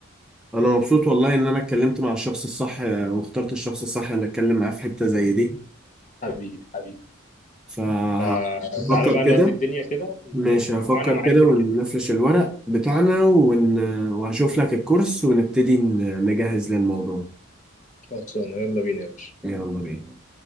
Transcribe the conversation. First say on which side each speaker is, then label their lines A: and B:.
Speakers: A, in the centre; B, on the left.
A: انا مبسوط والله ان انا اتكلمت مع الشخص الصح آه، واخترت الشخص الصح ان اتكلم معاه في حتة زي دي
B: حبيبي حبيبي
A: فهفكر
B: فتعالى بقى نودي
A: كده
B: الدنيا كده و-
A: ماشي هفكر
B: وأنا معاك
A: كده
B: كده
A: ونفرش
B: كده
A: الورق بتاعنا ون... وهشوف لك الكورس ونبتدي ن- نجهز للموضوع
B: خلصانة يلا بينا يا باشا
A: يلا بينا